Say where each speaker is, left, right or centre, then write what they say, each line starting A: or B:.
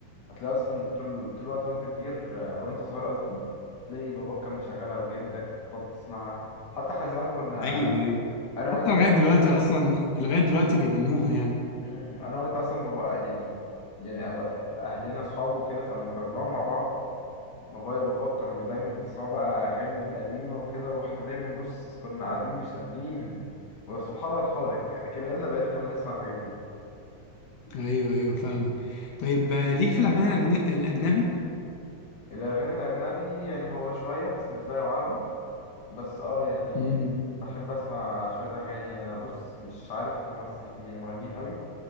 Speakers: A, on the left (about 85°); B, on the left (about 70°).
A: هتلاقي أصلا طول طول الوقت وأنت كبير آه، وأنت صغير قصدي تلاقي باباك كان مشغلها وجدك وتقعد تسمعها حتى احنا زمان كنا
B: ايوه ايوه
A: انا
B: حتى
A: وانت
B: لغايه
A: لما
B: دلوقتي اصلا لغايه دلوقتي بيغنوها يعني
A: مم. انا وانت اصلا بابا يعني يعني أبقى اهلنا اصحاب وكده فلما كنا بنقعد مع بعض بابايا وبابا كانوا بي- دايما بيسمعوا بقى اغاني القديمه وكده واحنا دايما بص كنا قاعدين مش قادرين وسبحان الخالق كبرنا بقينا احنا اللي نسمع الحاجات دي
B: ايوه ايوه فاهمك طيب آه، ليك في الاغاني الأغني- الاجنبي
A: الاغاني الاجنبي يعني هو شويه بس مش زي العربي بس اه يعني
B: امم
A: بحب اسمع شويه اغاني يعني انا بص مش عارف ممثل يعني مغنيين قوي